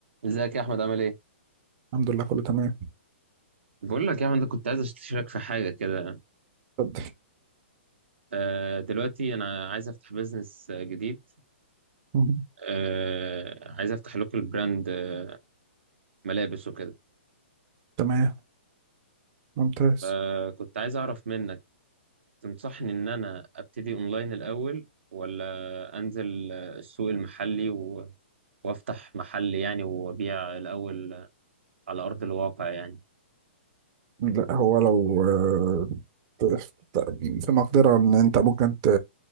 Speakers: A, on the right; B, on the right.
A: ازيك يا احمد عامل ايه
B: الحمد لله كله تمام
A: بقول لك يا احمد أنا كنت عايز اشترك في حاجه كده
B: اتفضل
A: آه، دلوقتي انا عايز افتح بيزنس آه، جديد
B: مم.
A: آه، عايز افتح لوكال براند آه، ملابس وكده
B: تمام ممتاز
A: آه، كنت عايز اعرف منك تنصحني ان انا ابتدي اونلاين الاول ولا انزل آه، السوق المحلي و... وافتح محل يعني وابيع الاول آه، على ارض الواقع يعني
B: لا هو لو آه، ت- ت- في مقدرة ان انت ممكن ت-